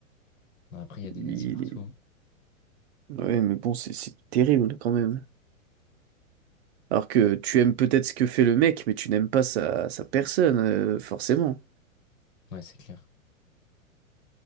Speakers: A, on the left; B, on the right.
A: Non, après, il y a des
B: Il-
A: nazis partout. hein.
B: Ouais, mais bon, c'est c'est terrible quand même. Alors que tu aimes peut-être ce que fait le mec, mais tu n'aimes pas sa, sa personne, euh, forcément.
A: Ouais, c'est clair.